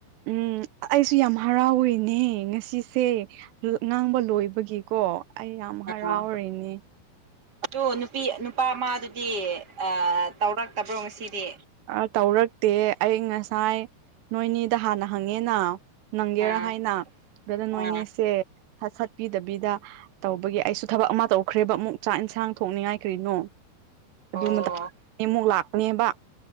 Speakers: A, on the right (about 80°); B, on the right (about 30°).
A: ꯎꯝ ꯑꯩꯁꯨ ꯌꯥꯝ ꯍꯔꯥꯎꯋꯤꯅꯦ ꯉꯁꯤꯁꯦ ꯉꯥꯡꯕ ꯂꯣꯏꯕꯒꯤꯀꯣ ꯑꯩ ꯌꯥꯝ ꯍꯔꯥꯎꯔꯤꯅꯦ
B: ꯑꯥ ꯑꯗꯨ ꯅꯨꯄꯤ ꯅꯨꯄꯥ ꯃꯗꯨꯗꯤ ꯑꯥ ꯇꯧꯔꯛꯇꯕ꯭ꯔꯣ ꯉꯁꯤꯗꯤ
A: ꯑꯥ ꯇꯧꯔꯛꯇꯦ ꯑꯩ ꯉꯁꯥꯏ ꯅꯣꯏꯅꯤꯗ ꯍꯥꯟꯅ ꯍꯪꯉꯦꯅ ꯅꯪꯒꯦꯔꯥ
B: ꯑꯥ
A: ꯍꯥꯏꯅ ꯑꯗꯨꯗ ꯅꯣꯏꯅꯤꯁꯦ
B: ꯑꯥ
A: ꯁ ꯁꯠꯄꯤꯗꯕꯤꯗ ꯇꯧꯕꯒꯤ ꯑꯩꯁꯨ ꯊꯕꯛ ꯑꯃ ꯇꯧꯈ꯭ꯔꯦꯕ ꯑꯃꯨꯛ ꯆꯥꯛ ꯏꯟꯁꯥꯡ ꯊꯣꯛꯅꯤꯡꯉꯥꯏ ꯀ꯭ꯔꯤꯅꯣ
B: ꯑꯣ
A: ꯑꯗꯨ ꯃꯇ <unintelligible> ꯑꯃꯨꯛ ꯂꯥꯛꯄꯅꯦꯕ